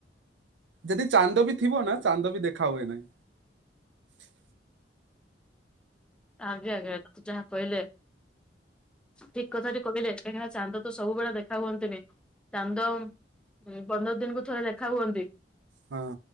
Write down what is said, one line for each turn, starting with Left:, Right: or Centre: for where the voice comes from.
Right: ଯଦି ଚାନ୍ଦ ବି ଥିବ ନା, ଚାନ୍ଦ ବି ଦେଖା ହୁଏ ନାହିଁ। <inaudible>
Centre: ଆଜ୍ଞା ଆଜ୍ଞା ଯାହା କହିଲେ। ଠିକ କଥାଟି କହିଲେ କାହିଁକିନା ଚାନ୍ଦ ତ ସବୁବେଳେ ଦେଖା ହୁଅନ୍ତିନି, ଚାନ୍ଦ ହୁଁ ପନ୍ଦର ଦିନକୁ ଥରେ ଦେଖା ହୁଅନ୍ତି।
Right: ହଁ।